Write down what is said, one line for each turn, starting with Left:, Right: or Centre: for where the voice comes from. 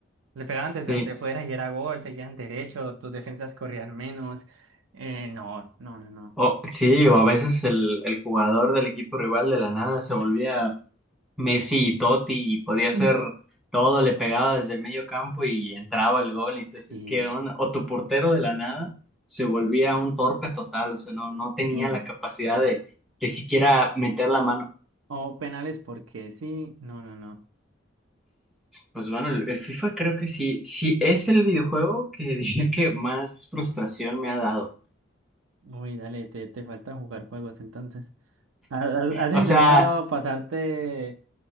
Right: Le pegaban
Centre: Sí.
Right: desde donde fuera y era gol, seguían derecho, tus defensas corrían menos. Eh, no, no, no, no.
Centre: O, sí, o a veces el, el jugador del equipo rival de la nada se volvía Messi y Totti y podía
Right: <laughs>
Centre: hacer todo, le pegaba desde el medio campo y entraba el gol. Y entonces,
Right: Sí,
Centre: es que un- O tu portero de la nada se volvía un torpe total, o sea, no, no tenía
Right: sí.
Centre: la capacidad de, de siquiera meter la mano.
Right: O penales porque sí, no, no, no.
Centre: Pues bueno, el, el FIFA creo que sí, sí es el videojuego que <laughs> diría que más frustración me ha dado.
Right: Uy, dale, te, te falta jugar juegos entonces. ¿Has, has- has
Centre: O
Right: intentado
Centre: sea,
Right: pasarte